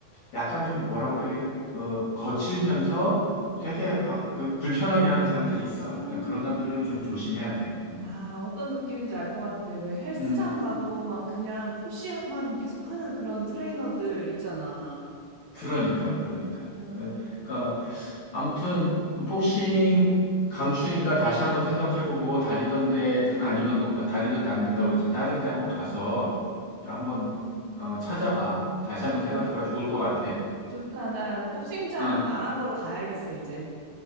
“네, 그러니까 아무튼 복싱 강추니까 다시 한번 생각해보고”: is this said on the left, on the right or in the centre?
Left